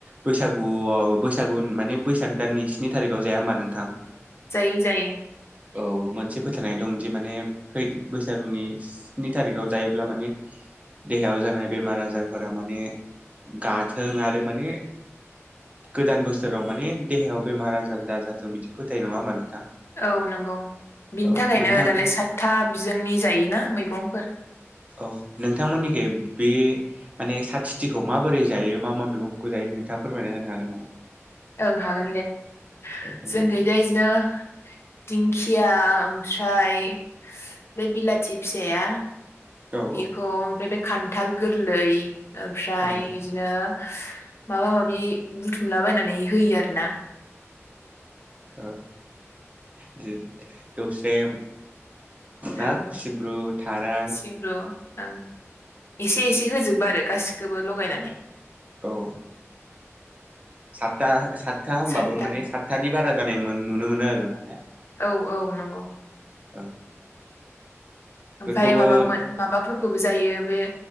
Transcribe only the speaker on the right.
बैसागुआव बैसा बैसागुन माने बैसाग दाननि स्नि थारिखाव जाया होनबा नोंथां?
औ मोनसे फोथायनाय दंदि माने बैसागनि स्नि थारिखाव जायोब्ला माने देहायाव जानाय बेमार आजारफोरा माने गाथों आरो माने
गोदान बोसोराव माने देहायाव बेमार आजार दााजाथों बिदि फोथायनाय नङा होमबा नोंथां।
औ
नोंथां
औ नोंथांमोननिखाय बे माने साथिथिखौ माबोरै जायो मा मा मैगंखौ जायो? नोंथाङा फोरमायना होनो हागोन नामा?
दे फोरमायसै
औ
औ
ओ दौस्रेम हा
सिब्रु थाराय
औ सातथा सातथा हबाबो
माने सातथानि बारा जानाय नुनो मोनो आरोना ने
औ बेफोरखौबो